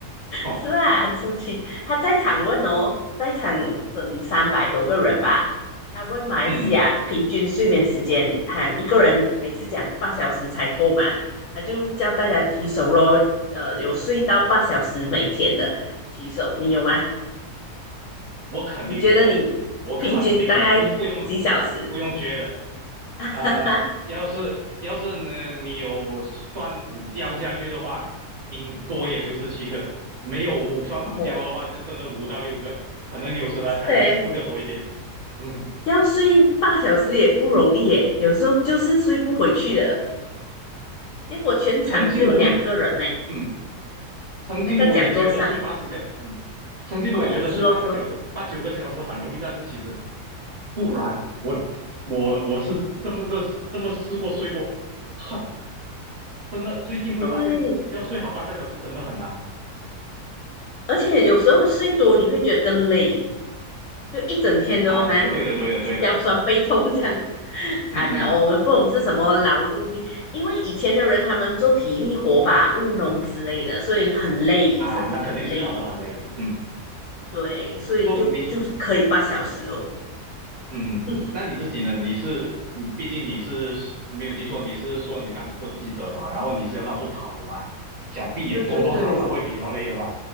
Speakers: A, on the right (about 60°); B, on the left (about 65°).
A: 哦，
B: 是啊，很生气。他在场问哦，在场整三百多个人吧。他问马来西亚平均睡眠时间，
A: 嗯嗯，
B: 他一个人每次讲八小时才够嘛，他就叫大家举手咯。呃，有睡到八小时每天的举手，你有吗？
A: 我肯定没有，
B: 你觉得你平均大概几小时？
A: 我肯定没有，不不用不用觉得，
B: <laughs>
A: 呃，要是要是呢，你有算午觉下去的话，顶多也就是七个，没有算午觉的话，
B: 哦，
A: 就真的五到六个，可能有时候才才四个多一点，
B: 对，
A: 嗯，
B: 要睡八小时也不容易耶，有时候就是睡不回去的。结果全场只有两个人呢，
A: 曾经我会，嗯。曾经我也觉得睡八十小，
B: 那个讲座上。
A: 嗯，曾经我也觉得睡八个小时、
B: 哦，是咯是咯，
A: 八九个小时很容易，但是其实不然，我我我是这么这这么试过睡过，很真的，最近会发现要睡好八个小时真的很难。
B: 对，而且有时候睡多你会觉得更累，就一整天都好像
A: 哎，对的对的对的，
B: 腰酸背痛这样，<laughs> 惨了哦。
A: 嗯嗯
B: 我们不懂是什么劳碌命，因为以前的人他们做体力活吧，务农之类的，所以很累，
A: 啊，
B: 身体很累，
A: 那肯定是搞得很累，嗯，
B: 对，所以就就可以八小时哦。
A: 就你嗯嗯，
B: <laughs>
A: 那你自己呢？你是你，毕竟你是没有记错，你是说你当过记者吧？然后你是要到处跑的吧？想必也多多少少会比较累了吧？
B: 对对对，